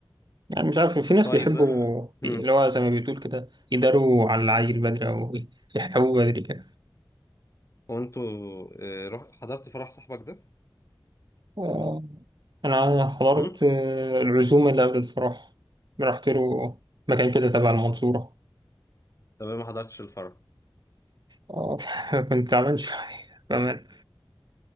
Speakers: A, on the right; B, on the left.
A: يعني مش عارف في ناس
B: طيب
A: بيحبوا
B: <clears throat>
A: بي-
B: امم
A: اللي هو زي ما بتقول كده يداروا على العيل بدري أو يحتووه بدري كده
B: وانتوا آه، رحت حضرت فرح صاحبك ده؟
A: آه، أنا حضرت
B: امم
A: آه، العزومة اللي قبل الفرح رحت له مكان كده تبع المنصورة
B: طب أنا ما حضرتش الفرح
A: آه، <laughs> كنت تعبان شوية بأمان